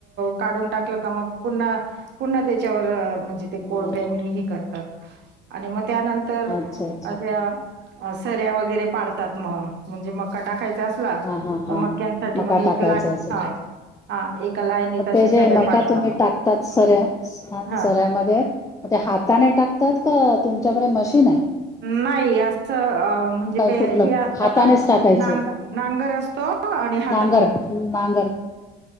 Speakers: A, on the right (about 60°); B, on the left (about 15°).
A: काढून टाकलं. का मग पुन्हा पुन्हा त्याच्यावर म्हणजे ते
B: हा
A: कोयत्यानी ह ते करतात. आणि म त्यानंतर
B: अच्छा अच्छा
A: सऱ्या म सऱ्या वगैरे पाडतात मग म्हणजे मग कटा खायच. असला
B: हा हा
A: तर
B: हा
A: मक्यांसाठी
B: मका टाकायचा
A: लाईन
B: असेल
A: हा
B: तर
A: हा एका लाईनीत
B: मग
A: अशा
B: ते जे
A: सऱ्या
B: मका
A: पाडतात
B: तुम्ही टाकतात सऱ्या ह
A: हा
B: सऱ्यामध्ये मग ते
A: हा
B: हाताने टाकतात. का तुमच्याकडे मशीन आहे.
A: नाही असं म्हणजे
B: काय
A: प
B: कुठलं
A: हे अस
B: हातानेच
A: नागर
B: टाकायचंय
A: ना? नागर असतो आणि हातात.
B: नांगर नांगर